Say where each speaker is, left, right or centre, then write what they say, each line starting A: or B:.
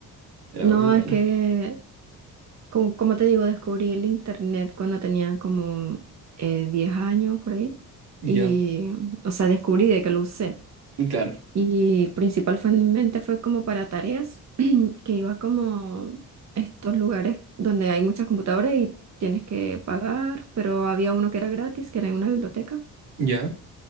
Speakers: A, on the right; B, on the right.
A: era
B: No,
A: muy bueno.
B: es que, como, como te digo, descubrí el internet cuando tenía como eh, 10 años por ahí.
A: Ya,
B: Y, o sea, descubrí de que lo usé.
A: claro.
B: Y principalmente fue como para tareas que iba como estos lugares donde hay muchas computadoras y tienes que pagar, pero había uno que era gratis, que era en una biblioteca,
A: Ya,